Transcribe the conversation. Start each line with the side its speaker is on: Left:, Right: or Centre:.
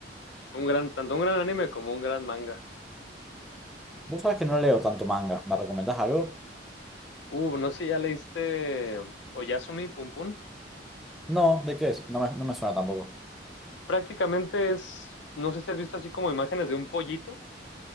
Left: es un gran, tanto un gran anime como un gran manga.
Centre: Vos sabés que no leo tanto manga. ¿Me recomendás algo?
Left: Uh, no sé si ya leíste um, Oyasumi Pum Pum.
Centre: No, ¿de qué es? No me, no me suena tampoco.
Left: Prácticamente es, no sé si has visto así como imágenes de un pollito,